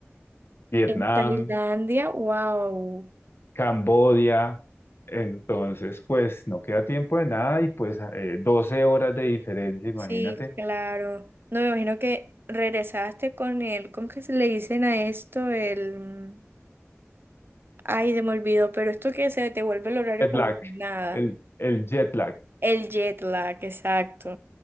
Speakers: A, on the left (about 55°); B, on the right (about 50°).
A: Vietnam.
B: En Tailandia, wow.
A: Cambodia. Entonces, pues no queda tiempo de nada y pues eh, 12 horas de diferencia, imagínate.
B: Sí, claro. No me imagino que regresaste con el, ¿cómo que se le dicen a esto? El, mm, ay, se me olvidó, pero esto que se te vuelve el horario
A: Jet
B: como
A: lag,
B: nada.
A: el, el jet lag.
B: El jet lag, exacto.